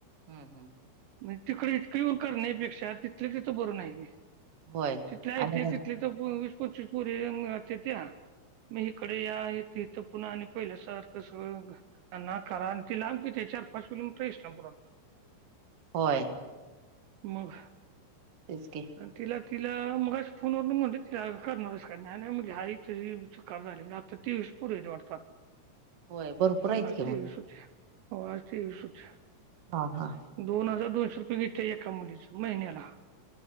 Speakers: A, on the right; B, on the right.
A: हम हम,
B: म्हणजे तिकडे इतकं येऊन करण्यापेक्षा तिथलं तिथं बरं नाही होय.
A: होय
B: तिथले आहे
A: आम्ही
B: ते
A: घर
B: तिथले तर वीस पंचवीस पोर येत्या. मग इकडे या आहे इथं पुन्हा आणि पहिल्या सारखं सगळं मग. आना करा आणि ती लांब कितीे चार पाच किलोमीटर इस्लामपूरात.
A: होय,
B: मग,
A: तेच की,
B: तिला-तिला मग फोनवर म्हणते तिला करणारच का नाही-नाही म्हणले आई तरी कर झाली आत्ता. तेवीस पोरी वाटतं
A: होय भरपूर आहेत
B: आज
A: कि मग
B: तेवीस होत्या. होय आज तेवीस होत्या.
A: हा हा,
B: दोन हजार दोनशे रुपये घेते एका मुलीच महिन्याला.